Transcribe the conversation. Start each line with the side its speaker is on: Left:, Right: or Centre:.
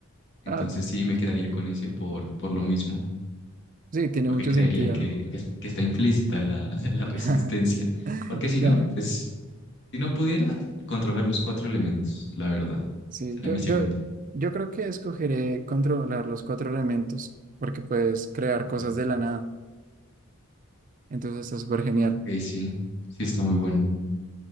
Left: Entonces
Right: Ah,
Left: sí, me quedaría con ese por, por lo mismo.
Right: sí, tiene
Left: porque
Right: mucho
Left: creería
Right: sentido.
Left: que, que- que está implícita la, <laughs> la resistencia.
Right: <laughs>
Left: Porque si
Right: Claro,
Left: no, pues, si no pudiera controlar los cuatro elementos, la verdad.
Right: sí,
Left: Esa
Right: yo,
Left: era mi segunda.
Right: yo, yo creo que escogeré controlar los cuatro elementos, porque puedes crear
Left: Ah, ok.
Right: cosas de la nada, entonces está súper genial.
Left: Ok, sí, sí está muy bueno.